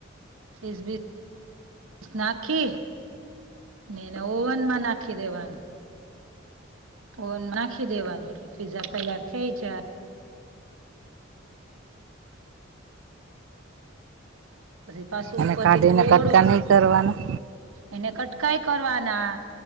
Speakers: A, on the right; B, on the right.
A: ચીઝ, બીસ નાખી ને એને ઓવન માં નાખી દેવાનું. ઓવનમાં નાખી દેવાનું એટલે પીઝા તૈયાર થઈ જાય પછી પાછું
B: અને
A: ઉપરથી
B: કાઢીને
A: થોડું
B: કટકા નહીં કરવાના
A: એના કટકા ઈ કરવાના